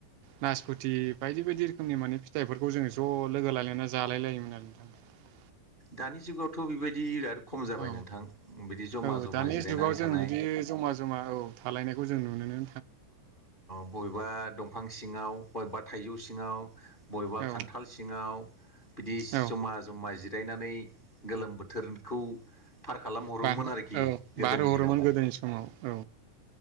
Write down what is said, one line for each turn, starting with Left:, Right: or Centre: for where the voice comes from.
Right: नासफुथि बायदि बायदि रोखोमनि माने फिथाइफोरखौ जोङो ज' लोगो लायनानै जालाय लायोमोन आरो। नोंथाङा।
Left: दानि जुगावथ' बेबायदि बिराद खम जाबाय
Right: औ
Left: नोंथां। जमा
Right: औ
Left: जमा
Right: दानि
Left: जिरायनानै
Right: जुगाव जों
Left: थानाय
Right: बिदि जमा जमा औ थालायनायखौ जों नुुनोनो
Left: बबेबा दंफां सिङाव बबेबा थाइजौ सिङाव बबेबा
Right: औ
Left: खान्थाल सिङाव बिदि
Right: औ
Left: जमा जमा जि जायनानै गोलोम बोथोरखौ फार खालाम हरोमोन
Right: बारहो
Left: आरोखि
Right: औ
Left: गोदोनि
Right: बारहोहरोमोन
Left: दिनावहाय।
Right: गोदोनि समाव औ